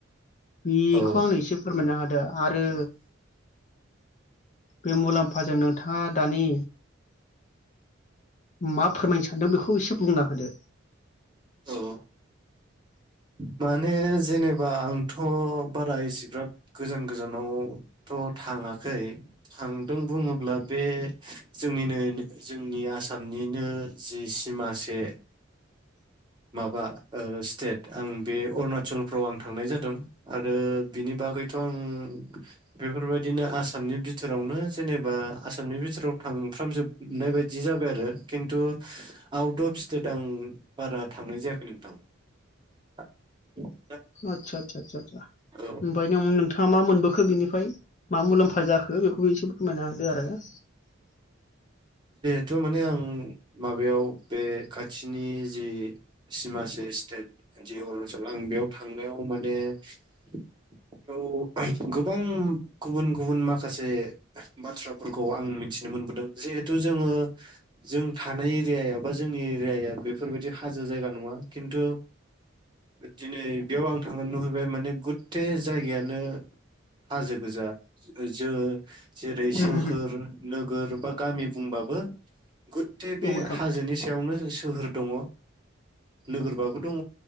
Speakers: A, on the left; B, on the right.
A: बेखौ
B: औ
A: आंनो एसे फोरमायनो हादो आरो बे मुलाम्फाजों नोंथाङा दानि मा फोरमायनो सानदों बेखौ एसे बुंना होदो
B: औ माने जेनेबा आंथ' बारा इसेग्राब गोजान गोजानावथ' थाङाखै थांदों बुङोब्ला बे जोंनिनो जोंनि आसामनिनो जि सिमासे माबा ओ स्टेट आं बे अरुणाचलफ्राव आं थांनाय जादों आरो बिनि बागैथ' आं बेफोरबायदिनो आसामनि बिथोरावनो जेनेबा आसामनि बिथोराव थांफ्रामजोबनाय बायदि जाबाय आरो खिन्थु आउट अफ स्टेट आं बारा थांनाय जायाखै नोंथां <inaudible> <unintelligible>
A: आदसा आदसा आदसा
B: औ
A: ओमफ्राय नों नोंथाङा मा मोनबोखो बिनिफ्राय मा मुलाम्फा जाखो बेखौबो एसे फोरमायना होदो आरो
B: थ' माने आं माबायाव बे खाथिनि जि सिमासे स्टेट जि आं बेयाव थांनायाव माने बेयाव गोबां गुबुन गुबुन माखासे बाथ्राफोरखौ आं मिथिनो मोनबोदों जिहेथु जोङो जों थानाय एरियाया बा जोंनि एरियाया बेफोरबायदि हाजो जायगा नङा खिन्थु दिनै बेयाव आं थांनो नुहैबाय माने गुथे जायगायानो हाजो गोजा जो जेरै
A: उम
B: सोहोर
A: उम
B: नोगोर बा गामि बुंबाबो गुथथे बे
A: औ नोंथां
B: हाजोनि सायावनो सोहोर दङ नोगोरबाबो दङ